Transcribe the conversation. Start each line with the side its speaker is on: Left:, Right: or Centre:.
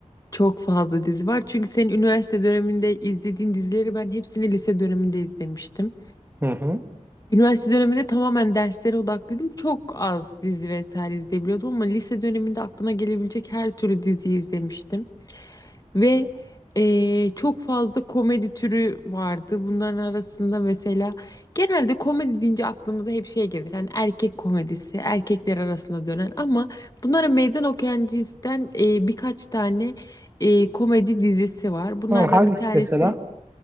Left: Çok fazla dizi var. Çünkü senin üniversite döneminde izlediğin dizileri ben hepsini lise döneminde izlemiştim.
Right: Hı hı.
Left: Üniversite döneminde tamamen derslere odaklıydım. Çok az dizi vesaire izleyebiliyordum ama lise döneminde aklına gelebilecek her türlü diziyi izlemiştim. Ve eee, çok fazla komedi türü vardı. Bunların arasında mesela genelde komedi deyince aklımıza hep şey gelir. Hani erkek komedisi, erkekler arasında dönen ama bunlara meydan okuyan cinsten eee, birkaç tane eee, komedi dizisi var. Bunlardan
Right: Hı, hangisi
Left: bir tanesi,
Right: mesela?